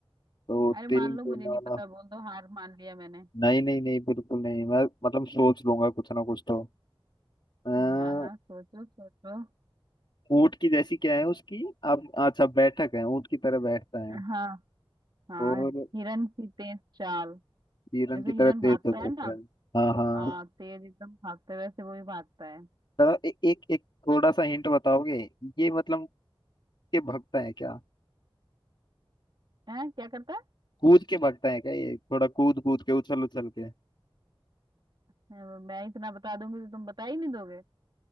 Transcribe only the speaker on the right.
अरे मान
लो मुझे
नहीं
पता बोल दो हार मान लिया मैंने
हाँ हाँ सोचो सोचो
हाँ हाँ
हिरन की तेज चाल
जैसे
हिरन
भागता
है ना
हाँ तेज एकदम भागता है वैसे वो भी भागता है
हैं क्या करता है
मैं मैं इतना बता दूंगी तो तुम बता ही नहीं दोगे